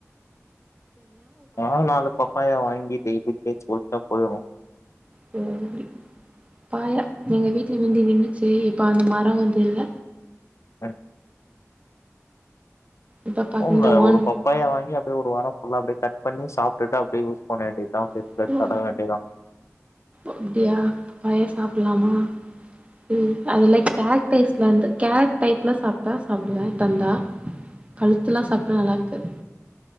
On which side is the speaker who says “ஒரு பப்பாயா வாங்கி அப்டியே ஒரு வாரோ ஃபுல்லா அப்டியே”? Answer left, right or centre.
Left